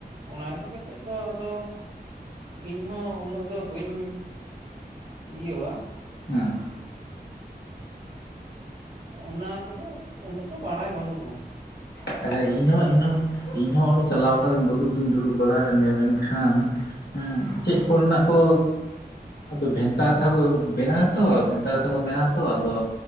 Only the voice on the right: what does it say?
ᱚᱱᱟ ᱤᱫᱤ ᱠᱟᱛᱮᱜ ᱫᱚ ᱟᱫᱚ ᱤᱧᱦᱚᱸ ᱩᱱᱟᱹᱜ ᱫᱚ ᱵᱟᱹᱧ ᱤᱭᱟᱹᱣᱟ
ᱚᱱᱟ ᱠᱚ ᱫᱚ ᱩᱱᱟᱹᱜ ᱫᱚ ᱵᱟᱲᱟᱭ ᱵᱟᱹᱱᱩᱜᱼᱟ